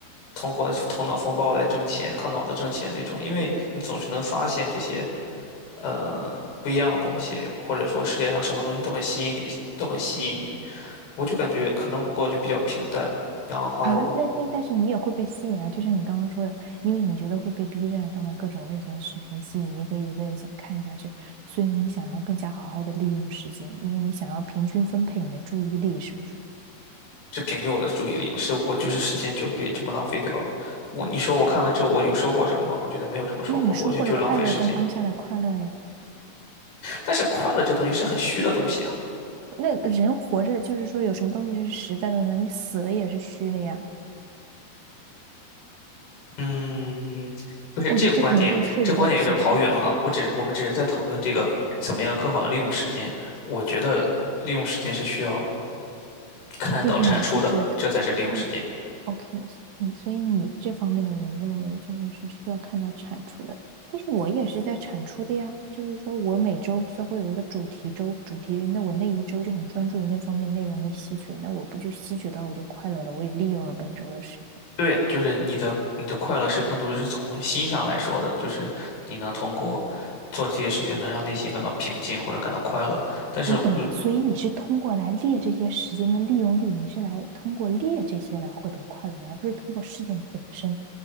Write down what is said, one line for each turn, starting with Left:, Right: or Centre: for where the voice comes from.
Left: 通过头脑风暴来挣钱、靠脑子挣钱那种，因为你总是能发现这些呃不一样的东西，或者说世界上什么东西都很吸引你的，都很吸引你。我就感觉可能我过就比较平淡，然后
Right: 啊，那但但是你也会被吸引啊，就像你刚刚说的，因为你觉得会被 B 站上的各种类型的视频吸引，一个一个想看下去，所以你想要更加好好的利用时间，因为你想要平均分配你的注意力，是不是？
Left: 是平均我的注意力，是我就是时间就被这么浪费掉了。我你说我看完之后我有收获什么吗？我觉得没有什么收获，
Right: 那你收获了快乐跟当下的快乐呀。
Left: 我觉得就是浪费时间。但是快乐这东西是很虚的东西啊。
Right: 那人活着就是说有什么东西是实在的呢？你死了也是虚的呀。
Left: 嗯，不是这个观点，
Right: 我觉得这可能就涉及到只，
Left: 这观点有点跑远了。我只我们只是在讨论这个怎么样更好的利用时间。我觉得利用时间是需要看到产出的，
Right: 就是你是觉得，
Left: 这才是利用时间。
Right: 就是 OK，嗯，所以你这方面的人认为就是是需要看到产出的，但是我也是在产出的呀，就是说我每周都会有一个主题周，主题日，那我那一周就很专注于那方面内容的吸取，那我不就吸取到我就快乐了，我也利用了本周的时间。
Left: 对呀，就是你的你的快乐是更多的是从心上来说的，就是你能通过做这些事情能让内心感到平静或者感到快乐。但是，
Right: 我懂了，
Left: 嗯，
Right: 所以你是通过来列这些时间的利用率，你是来通过列这些来获得快乐的，而不是通过事件的本身。